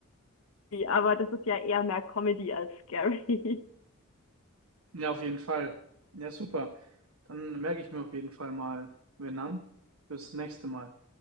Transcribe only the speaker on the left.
aber das ist ja eher mehr Comedy als scary.